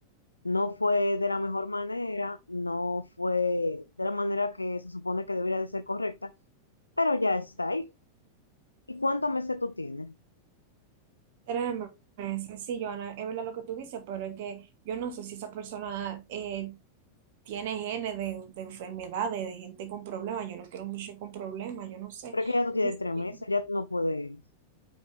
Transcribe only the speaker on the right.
Créeme, es sencillo, Ana, es verdad lo que tú dices, pero es que yo no sé si esa persona eh, tiene genes de, de enfermedades, de gente con problemas. Yo no quiero mucho con problemas, yo no sé.
Yo, dice
que-